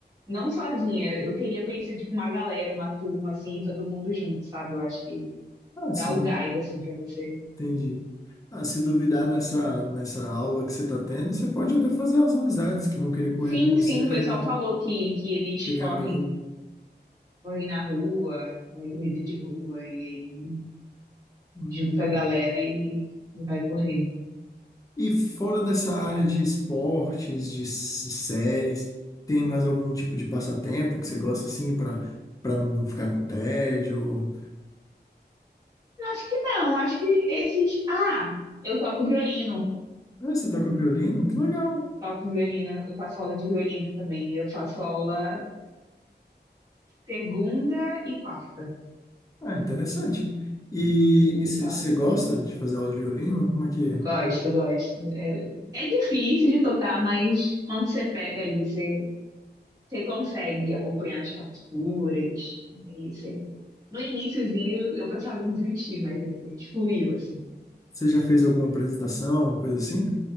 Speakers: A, on the right; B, on the left.
A: Não sozinha, eu queria conhecer tipo uma galera, uma turma assim, e todo mundo junto, sabe? Eu acho que
B: Ah, se
A: dá o
B: du...
A: gás assim para você.
B: entendi. Ah, se duvidar nessa, nessa aula que você está tendo, você pode até fazer as amizades que vão querer correr
A: Sim,
B: com você,
A: sim, o pessoal
B: né?
A: falou que, que eles
B: Criar
A: correm,
B: grupo.
A: correm na rua, correm corrida de rua, e aí
B: Hum,
A: junta
B: Entendi.
A: a galera e, e vai correndo.
B: E fora dessa área de esportes, de s- séries, tem mais algum tipo de passatempo que você gosta assim para para não ficar com tédio?
A: Acho que não, acho que esses. Ah, eu toco violino,
B: Ah, você toca violino? Que legal.
A: toco violino, eu faço aula de violino também. Eu faço aula segunda e quarta.
B: Ah, interessante. E
A: Segunda
B: e você
A: e quarta.
B: você gosta de fazer aula de violino? Como é que é?
A: Gosto, gosto. É, é difícil de tocar, mas quando você pega ali, você você consegue acompanhando as partituras. E aí você. No iniciozinho eu pensava em desistir, mas depois fluiu, assim.
B: Você já fez alguma apresentação, coisa assim?